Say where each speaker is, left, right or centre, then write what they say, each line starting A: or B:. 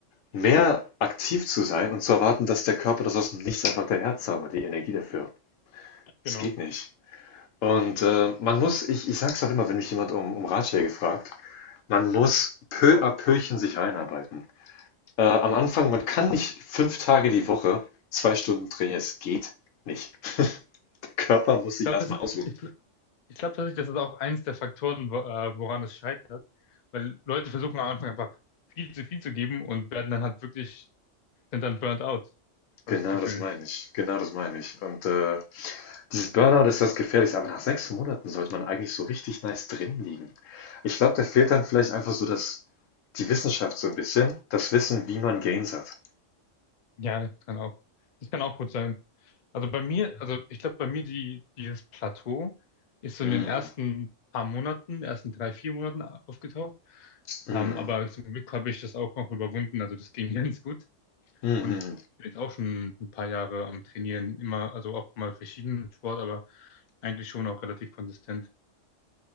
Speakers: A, on the left; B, on the left.
A: mehr aktiv zu sein und zu erwarten, dass der Körper das aus dem Nichts einfach daher zaubert, die Energie dafür. Es
B: Genau.
A: geht nicht. Und äh, man muss, ich, ich sag's auch immer, wenn mich jemand um, um Ratschläge fragt, man muss peu à peuchen sich einarbeiten. Äh, am Anfang, man kann nicht fünf Tage die Woche zwei Stunden trainieren, es geht nicht. <laughs> Der Körper muss
B: Ich
A: sich
B: glaube,
A: erstmal
B: das ist,
A: ausruhen.
B: ich, ich, ich glaube tatsächlich, das ist auch eins der Faktoren, wo- äh, woran es scheitert, weil Leute versuchen am Anfang einfach viel zu viel zu geben und werden dann halt wirklich, sind dann burnt out, habe
A: Genau
B: ich das Gefühl.
A: das meine ich. Genau das meine ich. Und äh, dieses Burnout ist das Gefährlichste, aber nach sechs Monaten sollte man eigentlich so richtig nice drin liegen. Ich glaube, da fehlt dann vielleicht einfach so das, die Wissenschaft so ein bisschen, das Wissen, wie man Gains hat.
B: Ja, das kann auch, das kann auch gut sein. Also bei mir, also ich glaube, bei mir die, dieses Plateau ist so
A: Mm,
B: in den ersten paar Monaten, ersten drei, vier Monaten aufgetaucht.
A: mm,
B: Ähm, aber zum Glück habe ich das auch noch überwunden. Also das ging <laughs> ganz gut.
A: mhm.
B: Und ich bin jetzt auch schon ein paar Jahre am Trainieren. Immer, also auch mal verschiedenen Sport, aber eigentlich schon auch relativ konsistent.